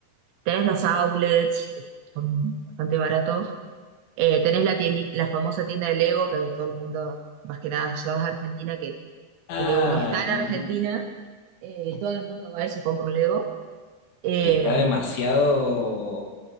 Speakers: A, on the right; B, on the left.
A: tenés los outlets, que son bastante baratos, eh, tenés la tiendi- la famosa tienda de Lego, que todo el mundo, más que nada, si vas a Argentina, que,
B: Ah,
A: que Lego no está
B: li-
A: en Argentina, eh, todo el mundo va y se compra un Lego. Eh,
B: y está demasiado...